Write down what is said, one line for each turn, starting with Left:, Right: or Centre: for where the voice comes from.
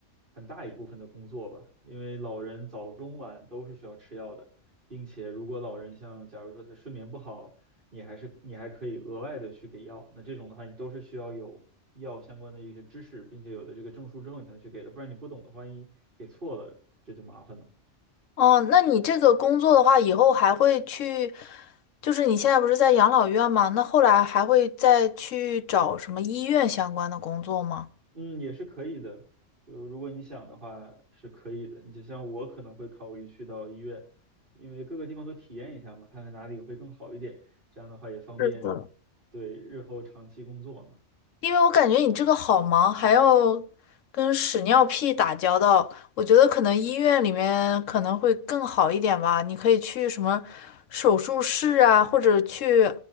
Right: 很大一部分的工作吧。因为老人早中晚都是需要吃药的，并且如果老人像假如说他睡眠不好，你还是你还可以额外的去给药，那这种的话你都是需要有药相关的一些知识，并且有了这个证书之后你才能去给的，不然你不懂的话，万一给错了，这就麻烦了。
Left: 哦，那你这个工作的话，以后还会去，就是你现在不是在养老院吗？那后来还会再去找什么医院相关的工作吗？
Right: 嗯，也是可以的。就如果你想的话，是可以的。你就像我可能会考虑去到医院，因为各个地方都体验一下嘛，看看哪里会更好一点。这样的话也方便
Left: 是的。
Right: 对日后长期工作嘛。
Left: 因为我感觉你这个好忙，还要跟屎尿屁打交道，我觉得可能医院里面可能会更好一点吧。你可以去什么手术室啊，或者去